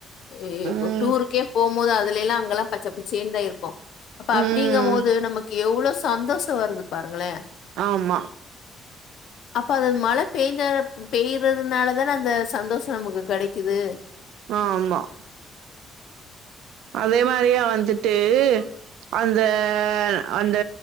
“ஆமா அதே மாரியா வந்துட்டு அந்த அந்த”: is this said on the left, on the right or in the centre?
Right